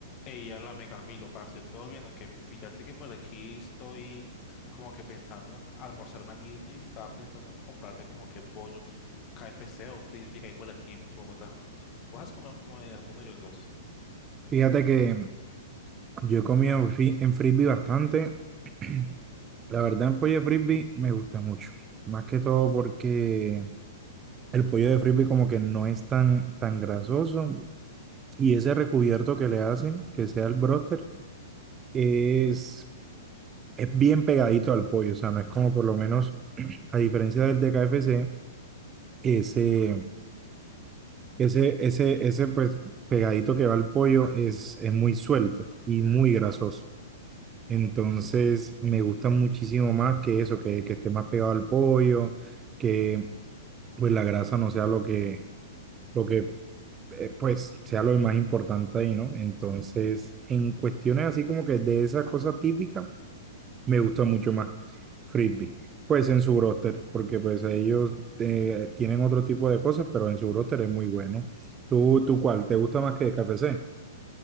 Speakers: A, on the left; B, on the right.
A: Ey, háblame Camilo, parce, ¿todo bien? Que fíjate que por aquí estoy como que pensando en almorzarme alguito y estaba pensando en comprarme como que pollo, KFC o frisbee que hay por aquí en Bogotá. ¿Vas a comer como en alguno de los dos?
B: Fíjate que yo he comido en fri- en frisbee bastante. <clears throat> La verdad, el pollo de frisbee me gusta mucho. Más que todo porque el pollo de frisbee como que no es tan, tan grasoso. Y ese recubierto que le hacen, que sea el broster, es, es bien pegadito al pollo. O sea, no es como por lo menos, <clears throat> a diferencia del de KFC, ese, ese, ese, ese pues pegadito que va al pollo es, es muy suelto y muy grasoso. Entonces me gusta muchísimo más que eso, que, que esté más pegado al pollo, que pues la grasa no sea lo que, lo que eh, pues sea lo más importante ahí, ¿no? Entonces, en cuestiones así como que de esa cosa típica, me gusta mucho más Frisbee. Pues en su roster, porque pues ellos eh, tienen otro tipo de cosas, pero en su roster es muy bueno. ¿Tú, tú cuál? ¿Te gusta más que KFC?